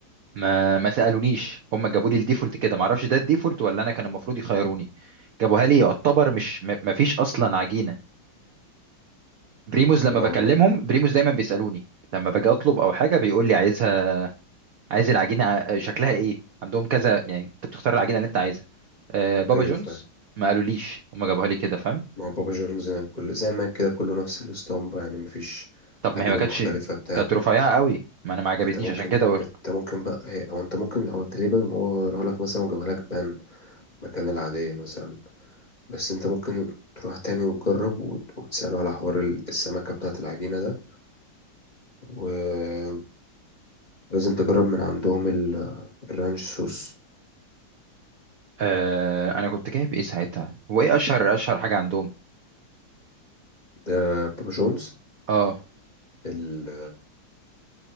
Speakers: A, on the right; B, on the left.
A: ما ما سالونيش هم جابوا لي الديفولت كده ما اعرفش ده الديفولت ولا انا كان المفروض يخيروني جابوها لي يعتبر مش ما ما فيش اصلا عجينه بريموز لما
B: لا
A: بكلمهم
B: هما
A: بريموز دايما بيسالوني لما باجي اطلب او حاجه بيقول لي عايزها عايز العجينه آه، شكلها ايه عندهم كذا يعني انت بتختار العجينه اللي انت عايزها آه، بابا
B: أيوة
A: جونز
B: فاهم
A: ما قالوليش هم جابوها لي كده فاهم
B: ما هو بابا جونز كل زي ما كده كله نفس الاسطمبة يعني مفيش
A: طب
B: عجينة
A: ما هي ما كانتش
B: مختلفة بتاع
A: كانت رفيعه قوي ما انا ما عجبتنيش
B: انت ممكن
A: عشان كده بقولك
B: انت ممكن بقى هي او انت ممكن هو تقريبا هو غيرها لك مثلا وجابها لك بان مكان العادية مثلا بس انت ممكن تروح تاني وتجرب وت- وتسأله على حوار ال- السمكة بتاعة العجينة ده و... لازم تجرب من عندهم ال- الرانش صوص
A: آه، انا كنت جايب ايه ساعتها هو ايه اشهر اشهر حاجه عندهم
B: ده بابا جونز
A: اه
B: ال-